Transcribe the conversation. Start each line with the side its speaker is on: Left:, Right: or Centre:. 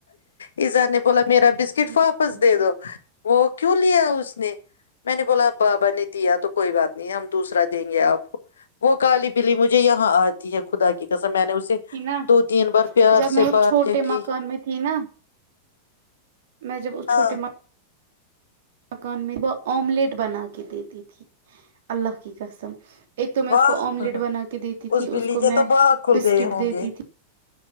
Left: یہ جانے میرا بسکٹ
Right: ہوں
Left: واپس دے دو وہ کیوں لیا اس نے میں نے بولا بابا نے دیا تو کوئی بات نہیں ہم دوسرا دیں گے آپ کو وہ کالی بلی مجھے یہاں آتی ہے خدا کی میں نے اسے
Right: تھی نا
Left: دو تین بار پیار
Right: جب
Left: سے
Right: میں اس
Left: بات
Right: چھوٹے
Left: کیا کی
Right: مکان میں تھی نا میں جب اس
Left: ہاں
Right: چھوٹی ماں مکان میں وہ آملیٹ بنا کے دیتی تھی اللہ کی قسم ایک تو میں
Left: واہ
Right: اس کو آملیٹ بنا کے دیتی تھی
Left: بلی
Right: اس کو
Left: کے
Right: میں
Left: تو باغ کھل
Right: بسکٹ
Left: گئے ہوں
Right: دیتی
Left: گے
Right: تھی